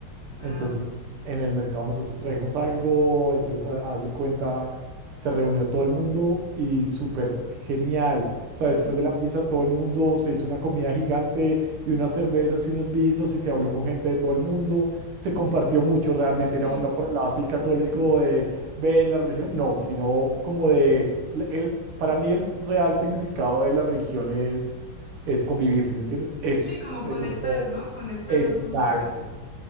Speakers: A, on the left (about 35°); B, on the right (about 80°).
A: Ah,
B: Entonces, en el mercado nosotros trajimos algo, entonces ha- haz de cuenta, se reunió todo el mundo y súper genial. O sea,
A: mm,
B: después de la misa todo el mundo se hizo una comida gigante y unas cervezas y unos vinos y se habló con gente de todo el mundo. Se compartió mucho realmente, no,
A: sí.
B: no por el lado así católico de ven la religión, no, sino como de la- el, para mí el real significado de la religión es, es convivir, ¿sí me entiendes? Eso,
A: Sí, como
B: eso
A: conectar,
B: como
A: ¿no? Conectaron
B: exacto.
A: todos ustedes.